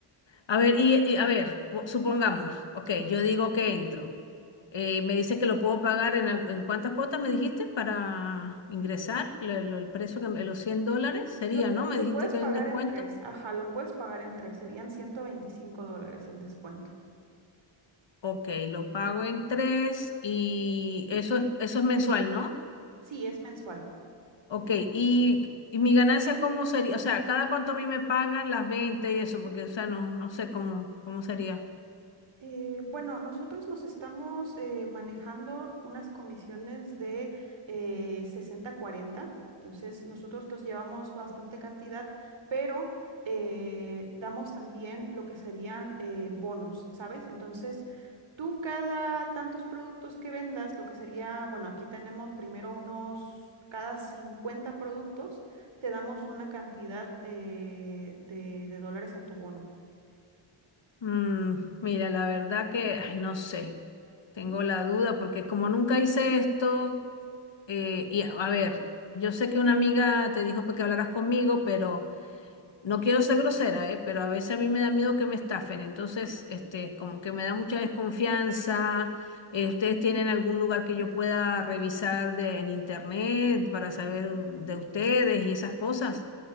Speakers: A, on the left; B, on the right.
A: a ver, y, y a ver, vo- supongamos, ok, yo digo que entro. Eh, me dice que lo puedo pagar en, al- en cuántas cuotas me dijiste para ingresar, Lo- lo- el precio que me- los 100 dólares sería,
B: Lo,
A: ¿no? Me
B: lo
A: dijiste
B: puedes
A: que
B: pagar
A: hay un descuento.
B: en tres, ajá, lo puedes pagar en tres, serían 125 dólares el descuento.
A: Ok, lo pago en tres y eso es, eso es mensual, ¿no?
B: Sí, es mensual.
A: Ok, y, y mi ganancia, ¿cómo sería? O sea, ¿cada cuánto a mí me pagan las ventas y eso? Porque, o sea, no, no sé cómo, cómo sería.
B: Eh, bueno, nosotros nos estamos eh, manejando unas comisiones de eh, 60-40, entonces nosotros los llevamos bastante cantidad, pero eh, damos también lo que serían eh, bonos, ¿sabes? Entonces, tú cada tantos productos que vendas, lo que sería, bueno, aquí tenemos primero unos... Cada 50 productos te damos una cantidad eh, de, de dólares a tu bono.
A: Mm, mira, la verdad que, ay, no sé. Tengo la duda porque como nunca hice esto, eh, y a a ver, yo sé que una amiga te dijo pues, que hablaras conmigo, pero No quiero ser grosera, ¿eh? Pero a veces a mí me da miedo que me estafen, entonces, este, como que me da mucha desconfianza. Eh, ¿ustedes tienen algún lugar que yo pueda revisar de, en internet para saber de ustedes y esas cosas?